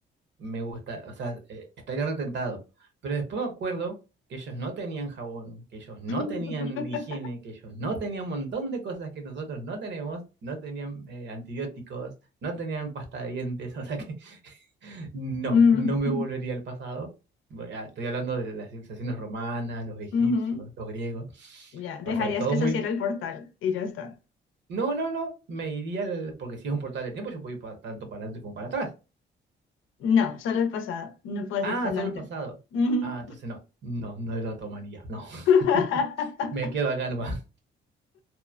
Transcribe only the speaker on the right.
me gusta, o sea, eh, estaría retentado. Pero después me acuerdo que ellos no tenían jabón, que ellos no
tenían higiene, que ellos no tenían un montón de cosas que nosotros no tenemos, no tenían eh, antibióticos, no tenían pasta de dientes, <laughs> o sea que no,
no me volvería al pasado. Voy a- Estoy hablando de las civilizaciones romanas, los egipcios,
los griegos,
o sea, todo
muy...
No, no, no, me iría al- porque si es un portal de tiempo, yo puedo ir pa- tanto para adelante como para atrás.
Ah,
solo el pasado.
Ah, entonces no, no, no lo tomaría, no.
<laughs> Me quedo acá nomás.